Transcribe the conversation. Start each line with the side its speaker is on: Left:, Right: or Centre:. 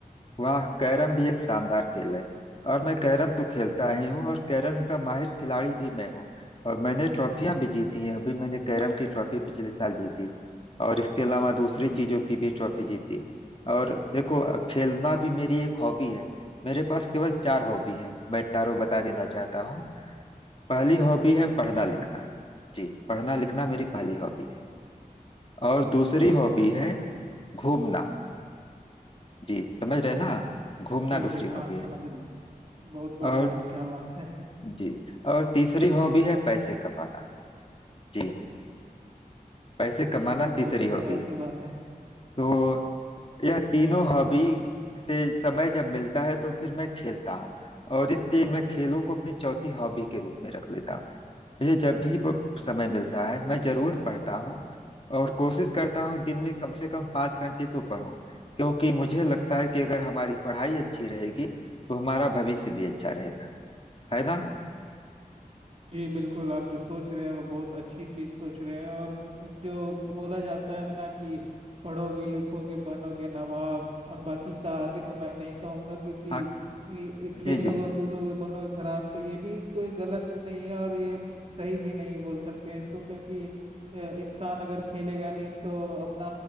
Left: वाह कैरम भी एक शानदार खेल है और मैं कैरम तो खेलता ही हूँ और कैरम का माहिर खिलाड़ी भी मैं हूँ और मैंने ट्रॉफियां भी जीती हैं अभी मैंने कैरम की ट्रॉफी पिछले साल जीती और इसके अलावा दूसरी चीजों की भी ट्रॉफी जीती और देखो खेलना भी मेरी एक हॉबी है मेरे पास केवल चार हॉबी हैं मैं चारों बता देना चाहता हूँ पहली हॉबी है पढ़ना
Right: जी
Left: लिखना
Right: जी
Left: जी पढ़ना लिखना मेरी पहली हॉबी है और दूसरी हॉबी है घूमना जी समझ रहे ना घूमना
Right: जी जी
Left: दूसरी
Right: हाँ
Left: हॉबी है
Right: समझ रहा हूँ बहुत बढ़िया
Left: और
Right: आप क्या बात है
Left: जी और तीसरी हॉबी है पैसे कमाना जी पैसे
Right: जी
Left: कमाना
Right: ये तो
Left: तीसरी
Right: बहुत ही कमाल
Left: हॉबी है
Right: की बात है
Left: तो यह तीनों हॉबी से समय जब मिलता है तो फिर मैं खेलता हूँ और इसलिए मैं खेलों को अपनी चौथी हॉबी के रूप में रख लेता हूँ मुझे जब भी प- समय मिलता है मैं जरूर पढ़ता हूँ और कोशिश करता हूँ दिन में कम से कम पाँच घंटे तो पढूं क्योंकि मुझे लगता है कि अगर हमारी पढ़ाई अच्छी रहेगी तो हमारा भविष्य भी अच्छा रहेगा है ना
Right: जी बिल्कुल आप जो सोच रहे हैं वो बहुत अच्छी चीज सोच रहे हैं और जो बोला जाता है ना कि पढ़ोगे लिखोगे बनोगे नवाब और बाकी का आगे तो मैं नहीं कहूँगा क्योंकि
Left: हाँ
Right: ये ये खेलोगे
Left: जी जी
Right: कूदोगे बनोगे खराब तो ये भी कोई गलत नहीं है और ये सही भी नहीं बोल सकते हैं इसको क्योंकि अ, इंसान अगर खेलेगा नहीं तो अपना